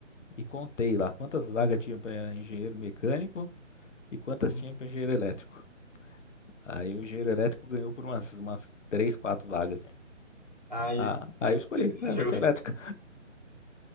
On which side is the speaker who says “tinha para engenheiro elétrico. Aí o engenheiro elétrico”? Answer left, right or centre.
Left